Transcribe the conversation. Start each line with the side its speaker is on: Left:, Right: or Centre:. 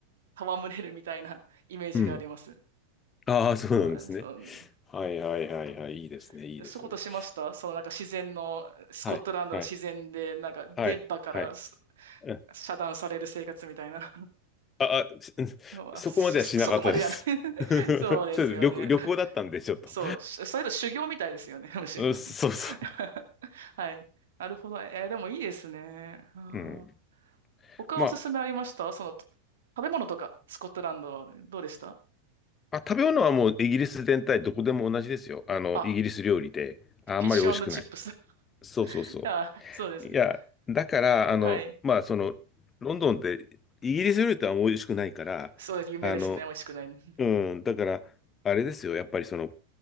Right: 戯れるみたいな <laughs> イメージがあります。
Left: うん。ああ、そうなんですね。
Right: はいそう、
Left: はいはいはいはい。
Right: あ
Left: いいですね。いいですね。
Right: ーそういうことしましたそのなんか自然の、スコットランドの自然で、
Left: はい。はい。
Right: なんか電波からす
Left: はい。はい。うん
Right: 遮断される生活みたいな
Left: あ、あ、し
Right: <laughs> のは、
Left: そこまではしなかったです。
Right: そ、そそこまでじゃない <laughs>
Left: <laughs> ちょっと旅行、
Right: そうですよね。
Left: 旅行だったんで、
Right: <laughs>
Left: ちょっと。
Right: そう、しそれと修行みたいですよね、<laughs> むしろ
Left: うんそうそう。
Right: <laughs> はい。なるほど。えーでもいいですね。あ
Left: うん。
Right: ー他おすすめありましたその、
Left: まあ、
Right: 食べ物とか、スコットランド、どうでした
Left: あ、食べ物はもうイギリス全体どこでも同じですよ。あの、
Right: あ、
Left: イギリス料理で。あんまり美味しくない。
Right: フィッシュチップス。<laughs>
Left: そうそうそ
Right: あ、そうですね。
Left: う。いや、だから、あの、
Right: はい。
Left: まあ、その、ロンドンってイギリス料理とは美味しくないから、
Right: そうです。有名ですね。
Left: あの、
Right: 美味しくない。<laughs>
Left: うん、だから、あれですよ、やっぱりその、